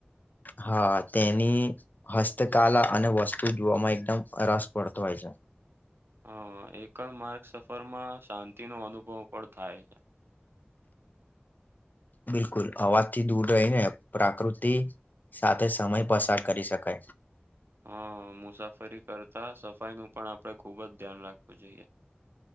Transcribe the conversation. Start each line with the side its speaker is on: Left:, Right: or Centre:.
Left: હા તેની હસ્તકાલા અને વસ્તુ જોવામાં એકદમ રસ પડતો હોય છે.
Right: હ એક જ માર્ગ સફરમાં શાંતિનો અનુભવ પણ થાય છે. <inaudible>
Left: બિલકુલ અવાજથી દૂર રહે પ્રાકૃતિ સાથે સમય પસાર કરી શકાય.
Right: હ મુસાફરી કરતાં સફાઈનું પણ આપણે ખૂબ જ ધ્યાન રાખવું જોઈએ.